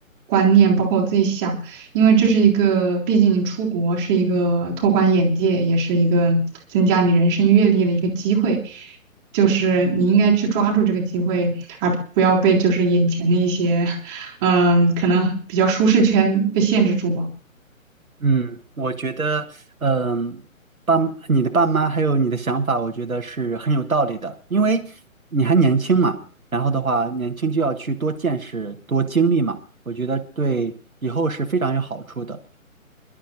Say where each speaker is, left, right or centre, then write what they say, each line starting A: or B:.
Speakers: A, on the right; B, on the right.
A: 观念，包括我自己想，因为这是一个，毕竟你出国是一个拓宽眼界，也是一个增加你人生阅历的一个机会，就是你应该去抓住这个机会，而不要被就是眼前的一些 <laughs>。嗯，可能比较舒适圈被限制住吧。
B: 嗯，我觉得，嗯，爸，你的爸妈还有你的想法，我觉得是很有道理的，因为你还年轻嘛，然后的话，年轻就要去多见识、多经历嘛，我觉得对以后是非常有好处的。